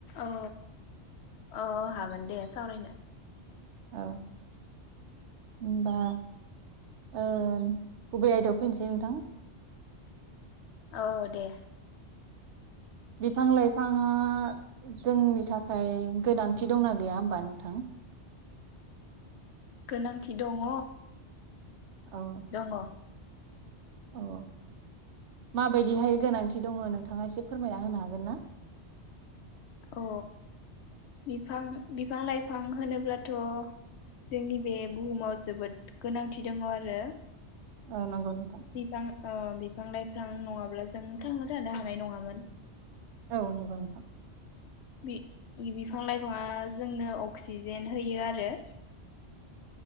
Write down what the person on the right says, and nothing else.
औ होनबा ओ गुबै आयदायाव फैनोसै नोंथां
बिफां लाइफाङा जोंनि थाखाय गोनांथि दंना गैया होनबा नोंथां?
औ
औ माबायदिहाय गोनांथि दङ नोंथाङा एसे फोरमायना होनो हागोन ना
ओ नंगौ नोंथां
औ नोंगौ नोंथां